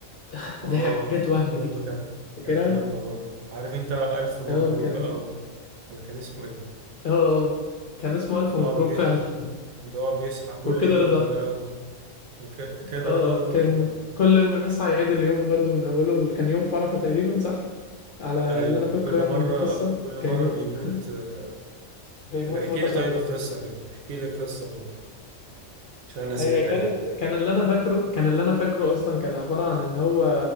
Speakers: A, on the left; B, on the right.
A: <laughs>
B: اه
A: دي حاجات وهم
B: برضه
A: دي
B: كانت
A: فاكرها
B: كانت جامدة برضه عارف انت ألف مبروك
A: اه كان
B: بقى و... ولا كان اسمه ايه
A: اه اه كان اسمه الف
B: اللي
A: مبروك
B: هو بي...
A: فعلا <laughs>
B: اللي هو بيصحى كل
A: وكده
B: يوم
A: رضا
B: ده و... وكده
A: اه
B: رضا ده
A: اه
B: برضه
A: كان
B: جامد
A: كل ما يصحى يعيد اليوم برضو من اوله كان يوم فرحه تقريبا صح على
B: ايوه
A: اللي انا فاكره
B: كل
A: يعني
B: مرة
A: من القصه
B: كل مرة
A: كان يوم
B: بيموت
A: <laughs>
B: آه،
A: بيموت
B: طب احكي
A: موتة
B: لي
A: شكل
B: طيب القصة كده احكي لي القصة طيب عشان أنا ناسيها
A: هي
B: تقريبا
A: كانت كان اللي انا فاكره كان اللي انا فاكره اصلا كان عبارة عن ان هو